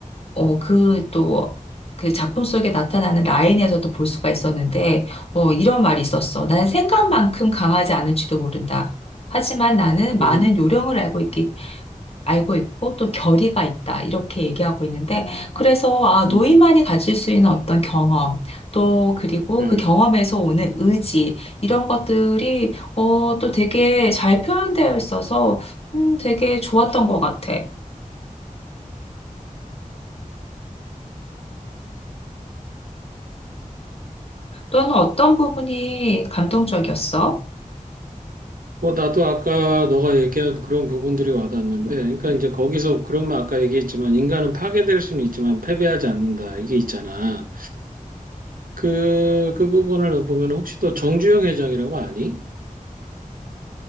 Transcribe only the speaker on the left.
어, 그 또, 그 작품 속에 나타나는 라인에서도 볼 수가 있었는데, 어, 이런 말이 있었어. 나는 생각만큼 강하지 않을지도 모른다. 하지만 나는 많은
요령을 알고 있기, 알고 있고 또 결의가 있다. 이렇게 얘기하고 있는데, 그래서, 아, 노인만이
가질 수 있는 어떤 경험, 또, 그리고
그 경험에서 오는 의지, 이런 것들이, 어, 또 되게 잘 표현되어 있어서, 음, 되게 좋았던 것 같아. 너는 어떤 부분이 감동적이었어?